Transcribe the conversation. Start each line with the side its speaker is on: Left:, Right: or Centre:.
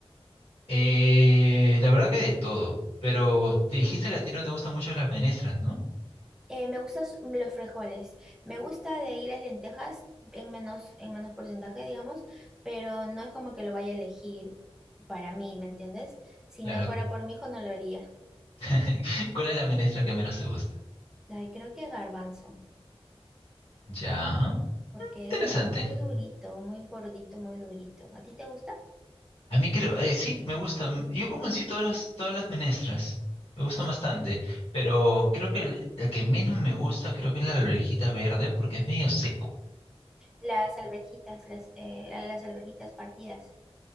Left: Eh, la verdad que de todo. Pero te dijiste que a ti no te gustan mucho las menestras, ¿no?
Centre: Eh, me gustan s- los frijoles. Me gusta de ahí las lentejas en menos, en menos porcentaje, digamos, pero no es como que lo vaya a elegir para mí, ¿me entiendes? Si
Left: La-
Centre: no fuera por mi hijo, no lo haría.
Left: <laughs> ¿Cuál es la ministra que menos te gusta?
Centre: Ay, creo que garbanzo.
Left: Ya,
Centre: porque
Left: interesante.
Centre: es muy, muy durito, muy gordito, muy durito. ¿A ti te gusta?
Left: A mí creo, eh, sí, me gusta. Yo como en sí todas las, todas las menestras. Me gustan
Centre: Y
Left: bastante. Pero creo que el- la que menos me gusta creo que es la alverjita verde porque es medio seco.
Centre: las alverjitas, las, eh, las alverjitas partidas.